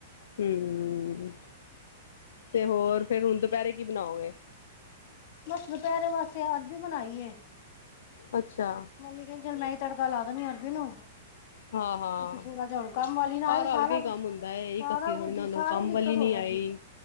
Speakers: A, on the left; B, on the left.
A: ਹੂੰ, ਤੇ ਹੋਰ ਫੇਰ ਹੁਣ ਦੁਪਹਿਰੇ ਕੀ ਬਣਾਓਗੇ?
B: ਬਸ ਦੁਪਹਿਰੇ ਵਾਸਤੇ ਅਰਬੀ ਬਣਾਈ ਏ।
A: ਅੱਛਾ
B: ਮੰਮੀ ਕਹਿੰਦੀ ਚਲ ਮੈਂ ਈ ਤੜਕਾ ਲਾ ਦੰਨੀ ਆ, ਅਰਬੀ ਨੂੰ।
A: ਹਾਂ ਹਾਂ
B: ਅਸੀਂ ਥੋੜ੍ਹਾ ਜਿਹਾ ਹੁਣ ਕੰਮ ਵਾਲੀ ਨਾ
A: ਆਹ
B: ਆਈ
A: ਰਲ
B: ਸਾਰਾ
A: ਕੇ ਹੀ
B: ਕੁਛ,
A: ਕੰਮ
B: ਸਾਰਾ
A: ਹੁੰਦਾ ਹੈ ਇਕੱਤੀ ਥੋੜੀ
B: ਕੁ
A: ਨਾ ਹੁੰਦਾ
B: ਸਾਰੀ
A: ਉਹ ਕੰਮ
B: ਦਿੱਕਤ
A: ਵਾਲੀ
B: ਹੋ
A: ਨੀ
B: ਜਾਂਦੀ।
A: ਆਈ